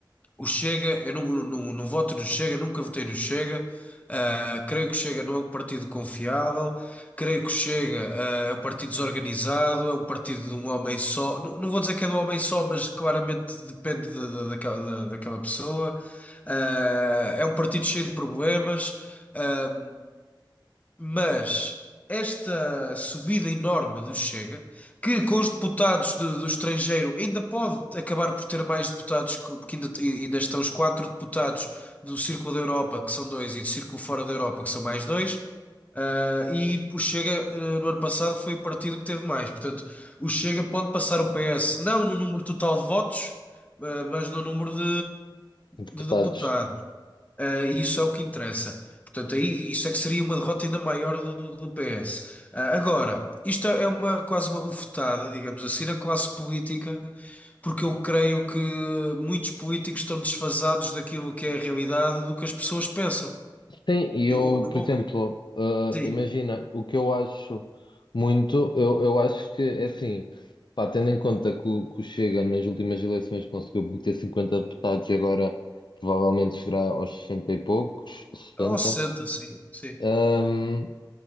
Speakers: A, on the left; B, on the left.
A: o Chega, eu não, não, não voto no Chega, nunca votei no Chega. ah, creio que o Chega não é um partido confiável. Creio que o Chega, ah, é um partido desorganizado, é um partido de um homem só. Não, não vou dizer que é de um homem só, mas claramente depende de- de- daquela, da- daquela pessoa. Ah, é um partido cheio de problemas. Ah, mas esta subida enorme do Chega, que com os deputados de- do estrangeiro ainda pode acabar por ter mais deputados, que- porque ainda, ainda estão os quatro deputados do Círculo da Europa, que são dois, e do Círculo fora da Europa, que são mais dois, ah, e o Chega, ah, no ano passado foi o partido que teve mais. Portanto, o Chega pode passar o PS, não no número total de votos, ah, mas no número de
B: deputados.
A: de deputados. Uh, e isso é o que interessa. Portanto, aí, isso é que seria uma derrota ainda maior do, do PS. Uh, agora, isto é uma, quase uma bufetada, digamos assim, na classe política, porque eu creio que muitos políticos estão desfasados daquilo que é a realidade, do que as pessoas pensam.
B: Sim, e eu,
A: E, ou,
B: por
A: ou,
B: exemplo, eh,
A: sim,
B: imagina, o que eu acho muito, eu, eu acho que, é assim, pá, tendo em conta que o, que o Chega nas últimas eleições conseguiu meter 50 deputados e agora provavelmente chegará aos 60 e poucos, 60,
A: ou senta, sim, sim,
B: ehm,